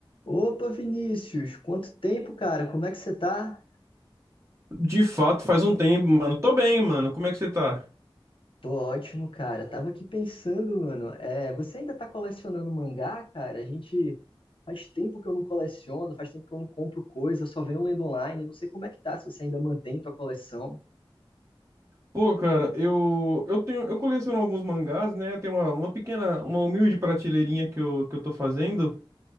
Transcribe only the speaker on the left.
Opa, Vinícius, quanto tempo, cara? Como é que você tá?
Tô ótimo, cara. Tava aqui pensando, mano. É, você ainda tá colecionando mangá, cara? A gente faz tempo que eu não coleciono, faz tempo que eu não compro coisa, só venho lendo online. Não sei como é que tá, se você ainda mantém tua coleção